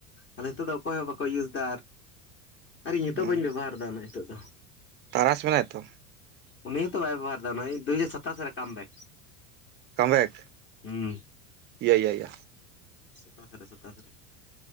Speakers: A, on the left; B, on the right.
A: ᱟᱫᱚ ᱦᱤᱛᱚᱜ ᱫᱚ ᱚᱠᱚᱭ ᱦᱚᱸ ᱵᱟᱠᱚ ᱤᱭᱩᱥ ᱫᱟ ᱟᱨ ᱤᱧ
B: ᱦᱩᱸ
A: ᱦᱚᱛᱚ ᱵᱟᱹᱧ ᱵᱮᱵᱚᱦᱟᱨ ᱫᱟ ᱚᱱᱟ ᱦᱤᱛᱚᱜ ᱫᱚ
B: ᱛᱟᱨᱟᱥ ᱢᱮᱱᱟᱭᱟ ᱛᱚ
A: ᱩᱱᱤ ᱦᱚᱸᱛᱚ ᱵᱟᱭ ᱵᱮᱵᱚᱦᱟᱨᱫᱟ ᱫᱩ ᱦᱟᱡᱟᱨ ᱥᱟᱛᱟᱥ ᱨᱮ ᱠᱟᱢᱵᱮᱠ
B: ᱠᱢ ᱵᱮᱠ
A: ᱦᱩᱸ
B: ᱤᱭᱟ ᱤᱭᱟ
A: ᱥᱟᱛᱟᱥ ᱨᱮ ᱥᱟᱛᱟᱥ ᱨᱮ